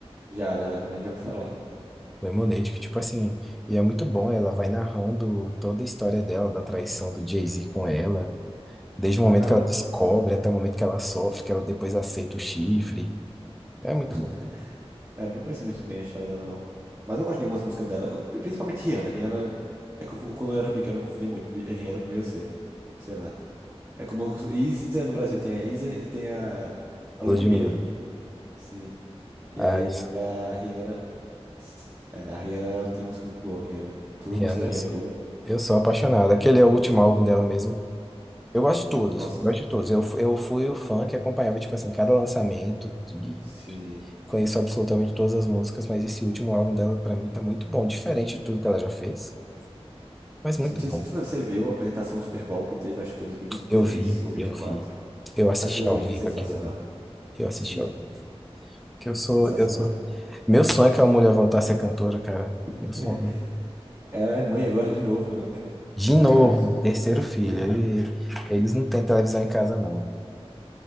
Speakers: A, on the right; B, in the centre.
A: já, já Lemonade, já ouvi falar.
B: Lemonade, que, tipo assim, e é muito bom. Ela vai narrando toda a história dela, da traição do Jay-Z com ela, desde o momento
A: Caramba.
B: que ela descobre até o momento que ela sofre, que ela depois aceita o chifre. É muito
A: <laughs>
B: bom.
A: É, não conheço muito bem a história dela, não. Mas eu gosto de algumas músicas dela, principalmente Rihanna. Rihanna, é que eu- quando eu era pequeno, eu confundia muito Bi- Rihanna com Beyoncé. Sei lá. É como Isa no Brasil, tem a Isa e tem a, a
B: A
A: Ludmilla.
B: Ludmilla.
A: Sim. E
B: A
A: aí a Rihanna. é, a Rihanna tem música muito boa, Rihanna. Todas
B: Rihanna,
A: as músicas da
B: eu
A: Rihanna
B: sou,
A: é boa.
B: eu sou apaixonado. Aquele é o último álbum dela mesmo. Eu gosto de todos,
A: Nossa,
B: gosto de todos. Eu, fu- eu fui o fã que acompanhava, tipo assim, cada lançamento, e
A: sim.
B: conheço absolutamente todas as músicas, mas esse último álbum dela, pra mim, tá muito bom, diferente de tudo que ela já fez, mas muito
A: Sim, não sei
B: bom.
A: se tu- você viu a apresentação no Super Bowl que teve, acho que foi em 2023
B: Eu vi,
A: ou 2024.
B: eu vi, eu assisti
A: Aquilo
B: ao
A: ali
B: vivo
A: foi sensacional.
B: aquilo ali, eu assisti
A: Sim,
B: ao vivo. Que eu sou,
A: sensacional.
B: eu sou. Meu sonho é que a mulher voltar a ser cantora, cara.
A: <laughs>
B: Meu sonho. né?
A: Ela é mãe agora de novo, né?
B: De novo,
A: Tá grávida, se eu não
B: terceiro
A: me engano.
B: filho.
A: <laughs>
B: Ele- eles não têm televisão em casa, não.